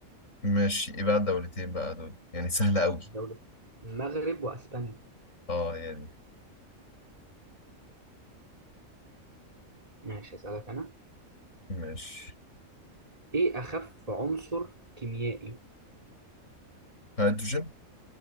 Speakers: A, on the left; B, on the right.
A: ماشي إيه بقى الدولتين بقى دول يعني سهلة أوي
B: الدولة المغرب واسبانيا
A: أه يعني
B: ماشي اسالك انا
A: ماشي
B: ايه اخف عنصر كيميائي
A: هيدروجين